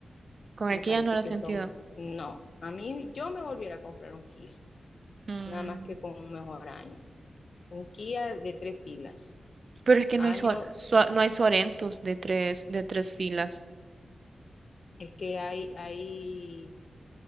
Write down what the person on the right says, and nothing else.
con
el que
ya no lo he
sentido.
Mm,
Pero es que
no hay, sor- so- no hay Sorentos de tres, de tres filas.